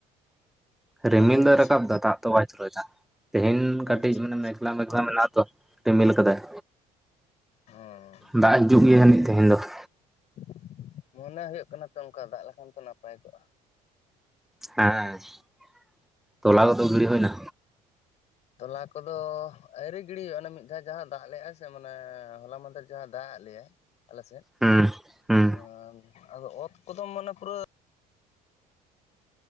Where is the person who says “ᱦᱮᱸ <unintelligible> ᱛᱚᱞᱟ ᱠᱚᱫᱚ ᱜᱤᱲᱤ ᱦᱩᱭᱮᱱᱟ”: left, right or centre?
Centre